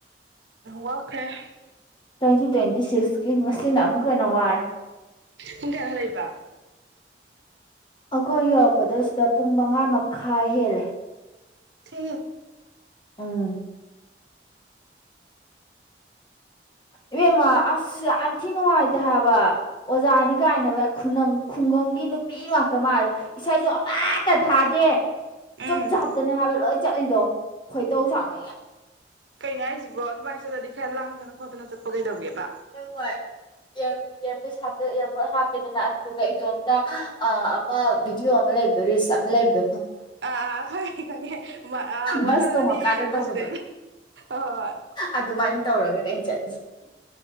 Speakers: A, on the right (about 85°); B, on the left (about 25°).
A: ꯋꯥꯈꯔꯦ
B: ꯇ꯭ꯋꯦꯟꯇꯤ ꯇ꯭ꯋꯦꯟꯇꯤ ꯁꯤꯛꯁꯀꯤ ꯉꯁꯤꯅ ꯑꯃꯨꯛꯀ ꯍꯦꯟꯅ ꯋꯥꯔꯦ
A: ꯀꯨꯡ ꯀꯦꯚꯜ ꯂꯩꯕ
B: ꯑꯩꯈꯣꯏ ꯌꯧꯔꯛꯄꯗ ꯁꯤꯗ ꯄꯨꯡ ꯃꯉꯥ ꯃꯈꯥꯏ ꯍꯦꯜꯂꯦ
A: ꯁꯤ
B: ꯎꯝ ꯏꯕꯦꯝꯃ ꯑꯁ ꯌꯥꯝ ꯊꯤ ꯅꯨꯡꯉꯥꯏꯇꯦ ꯍꯥꯏꯕ ꯑꯣꯖꯥꯅꯤ ꯀꯥꯏꯅꯕꯪ ꯈꯨꯡꯒꯪꯒꯤ ꯅꯨꯄꯤ ꯉꯥꯛꯛꯇ ꯃꯥꯜꯂꯦ ꯏꯁꯩꯁꯨ ꯑꯃꯠꯇ ꯊꯥꯗꯦ
A: ꯎꯝ
B: ꯆꯨꯞꯞ ꯆꯥꯞꯇꯅꯦ ꯍꯥꯏꯕ ꯆꯠꯂꯤꯗꯣ ꯈꯣꯏꯗꯧ ꯆꯥꯠꯅꯦ
A: ꯀꯩꯅ ꯍꯥꯏꯁꯤꯕꯣ ꯑꯗꯨꯃꯥꯏꯅ ꯆꯠꯂꯗꯤ ꯈꯔ ꯂꯥꯡꯗꯅ ꯈꯣꯠꯇꯅ ꯆꯠꯄ ꯀꯩꯗꯧꯒꯦꯕ
B: ꯍꯪꯌꯥ ꯏꯌꯥꯔꯄꯣꯔꯠ ꯍꯥꯞꯄꯦꯗꯅ ꯑꯗꯨꯗꯨꯒ ꯏꯇꯣꯝꯇ ꯑ ꯑ ꯕꯤꯗꯤꯑꯣ ꯑꯃ ꯂꯩ ꯑꯗꯨꯔꯤꯁ ꯑꯝ ꯂꯩꯕꯣ
A: ꯑꯥ ꯑꯥ ꯈꯪꯉꯦ ꯈꯪꯉꯦ ꯋꯥꯈꯜꯗꯗꯤ
B: ꯕꯁ ꯇꯣꯡꯉꯀꯥꯟꯗ
A: ꯃꯁꯤꯗꯩ
B: ꯇꯧꯕꯗꯣ
A: ꯍꯣꯏ ꯍꯣꯏ
B: ꯑꯗꯨꯃꯥꯏꯅ ꯇꯧꯔꯒꯅꯦ ꯑꯩꯅ ꯆꯠꯂꯤꯁꯦ